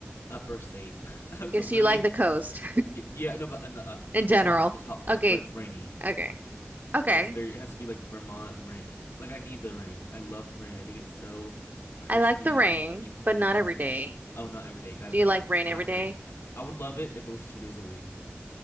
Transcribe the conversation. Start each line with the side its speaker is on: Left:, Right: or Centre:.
Left: upper state. <laughs> That's
Right: Guess
Left: a really
Right: you like the coast
Left: yeah no, but in the
Right: <laughs>
Left: up,
Right: in general.
Left: the top, the top part
Right: Okay,
Left: where it's rainy.
Right: okay, okay.
Left: That's very. It has to be like Vermont rain. Like I need the rain. I love the rain. I think it's so crispy
Right: I like the rain,
Left: and cool.
Right: but not every day.
Left: Oh, not every day. Got to
Right: Do
Left: be
Right: you
Left: like
Right: like rain
Left: half
Right: every day?
Left: of the. I would love it if it was two days a week